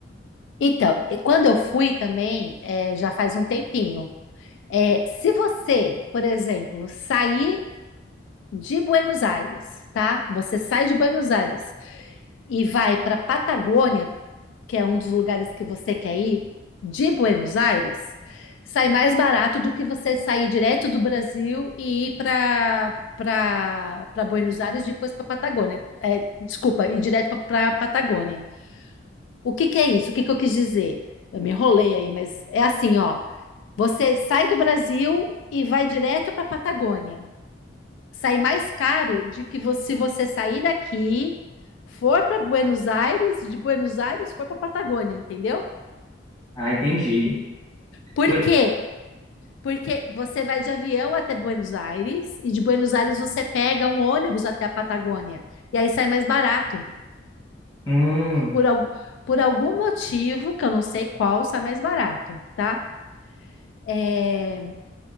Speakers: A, on the left (about 80°); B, on the left (about 20°).
A: então, e quando eu fui também, é, já faz um tempinho. É, se você, por exemplo, sair de Buenos Aires, tá? Você sai de Buenos Aires e vai para Patagônia, que é um dos lugares que você quer ir, de Buenos Aires, sai mais barato do que você sair direto do Brasil e ir para para para Buenos Aires e depois para Patagônia. É, desculpa, ir direto para Patagônia. O que que é isso? O que que eu quis dizer? Eu me enrolei aí, mas é assim, ó. Você sai do Brasil e vai direto para Patagônia sair mais caro de que você, se você sair daqui, for para Buenos Aires, de Buenos Aires for para Patagônia, entendeu?
B: Ah, entendi.
A: Por
B: Por-
A: quê? Porque você vai de avião até Buenos Aires e de Buenos Aires você pega um ônibus até a Patagônia e aí sai mais barato.
B: Hum,
A: Por, al por algum motivo, que eu não sei qual, sai mais barato, tá? É,